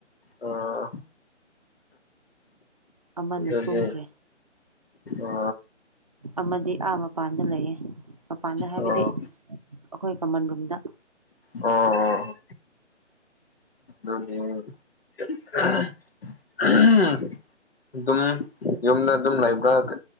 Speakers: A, on the left; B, on the right.
A: ꯑ
B: ꯑꯃꯅ
A: ꯑꯗꯨꯗꯤ
B: ꯇꯨꯝꯈ꯭ꯔꯦ
A: ꯑ
B: ꯑꯃꯗꯤ ꯑꯥ ꯃꯄꯥꯟꯗ ꯂꯩꯌꯦ ꯃꯄꯥꯟꯗ ꯍꯥꯏꯕꯗꯤ
A: ꯑꯣ
B: ꯑꯩꯈꯣꯏ ꯀꯃꯟ ꯔꯨꯝꯗ
A: ꯑꯣ ꯑꯗꯨꯅꯤ ꯑ ꯍ ꯑꯗꯨꯝ ꯌꯨꯝꯗ ꯑꯗꯨꯝ ꯂꯩꯕ꯭ꯔꯥꯗꯤ